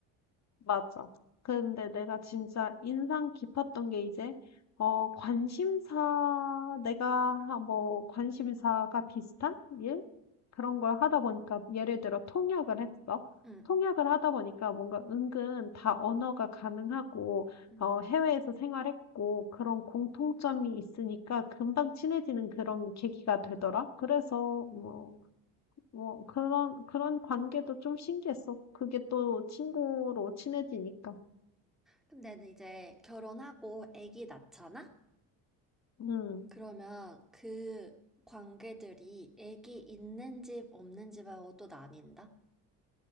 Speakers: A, on the left; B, in the centre.
A: 맞아. 근데 내가 진짜 인상 깊었던 게 이제, 어, 관심사, 내가 하- 뭐, 관심사가 비슷한 일? 그런 걸 하다 보니까, 예를 들어 통역을 했어.
B: 응,
A: 통역을 하다 보니까 뭔가 은근 다 언어가 가능하고,
B: 응,
A: 어, 해외에서 생활했고, 그런 공통점이 있으니까 금방 친해지는 그런 계기가 되더라. 그래서,
B: 응.
A: 뭐 뭐 그런 그런 관계도 좀 신기했어. 그게 또 친구로 친해지니까.
B: 근데 이제 결혼하고 아기 낳잖아?
A: 음,
B: 그러면 그 관계들이 아기 있는 집, 없는 집하고 또 나뉜다?